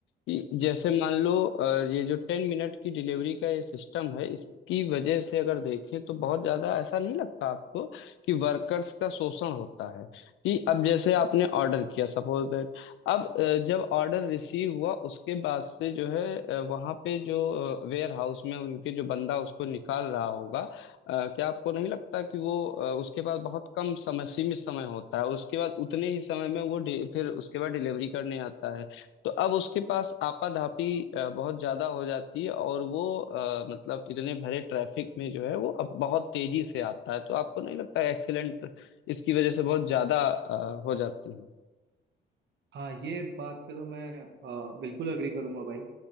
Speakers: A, on the left (about 75°); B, on the right (about 65°).
A: कि जैसे मान लो अ, ये जो टेन मिनट की डिलीवरी का ये सिस्टम है इसकी वजह से अगर देखें तो बहुत ज्यादा ऐसा नहीं लगता आपको कि वर्कर्स का शोषण होता है कि अब जैसे आपने ऑर्डर किया सपोज दैट अब अ, जब ऑर्डर रिसीव हुआ उसके बाद से जो है वहां पे जो वेयर हाउस में उनके जो बंदा उसको निकाल रहा होगा अ, क्या आपको नहीं लगता कि वो अ, उसके पास बहुत कम समय सीमित समय होता है उसके बाद उतने ही समय में वो डे- फिर उसके बाद डिलीवरी करने आता है तो अब उसके पास आपाधापी अ, बहुत ज्यादा हो जाती है और वो अ, मतलब इतने भरे ट्रैफिक में जो है वो अब बहुत तेजी से आता है तो आपको नहीं लगता एक्सीडेंट इसकी वजह से बहुत ज्यादा अ, हो जाती है
B: हाँ ये बात पे तो मैं अ, बिल्कुल अग्री करूंगा भाई